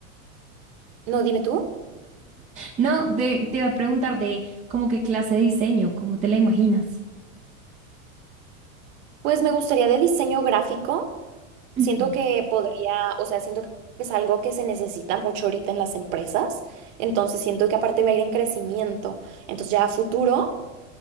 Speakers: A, on the right; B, on the right.
A: No, dime tú.
B: No, de- te iba a preguntar de como qué clase de diseño, cómo te la imaginas.
A: Pues me gustaría de diseño gráfico,
B: Ujú.
A: siento que podría, o sea, siento que es algo que se necesita mucho ahorita en las empresas, entonces siento que aparte va a ir en crecimiento, entonces ya a futuro.